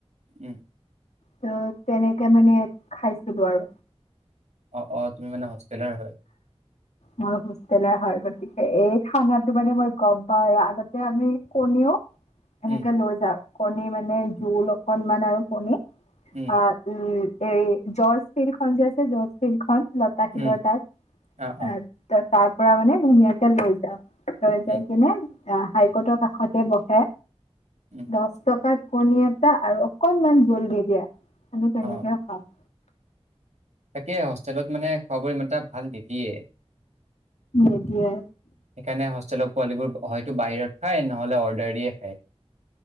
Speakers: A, on the right; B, on the left.
A: উম
B: ত' তেনেকে মানে খাইছিলো আৰু
A: অ অ তুমি মানে হোষ্টেলৰ হয় ।
B: মই হোষ্টেলৰ হয় গতিকে এই খানাটো মানে মই গম পাওঁ আৰু আগতে আমি কণীও এনেকে
A: উম
B: লৈ যাও কণী মানে জোল অকনমান আৰু কণী
A: উম
B: অ উম এই জৰ্জ ফিল্ড খন যে আছে জৰ্জ ফিল্ড খন ৰাখিলে
A: উম
B: তাত
A: অ অ
B: এ তাৰ পৰা মানে ধুনীয়াকে লৈ যাওঁ। হৈ যায়
A: উম
B: কিনে অ হাইকৰ্টৰ কাষ তে বহে
A: উম
B: দহ টকাত কণী এটা আৰু অকনমান জোল দি দিয়া। আ তেনেকাপা
A: অ
B: <inaudible>
A: তাকে হোষ্টেলত মানে খোৱাবোৰ ইমান টাত ভাল নিদিয়ে।
B: এতিয়া
A: সেইকাৰণে হোষ্টেলৰ পোৱালিবোৰ হয়তো বাহিৰত খায় নহলে অৰ্ডাৰ দিয়ে খায়।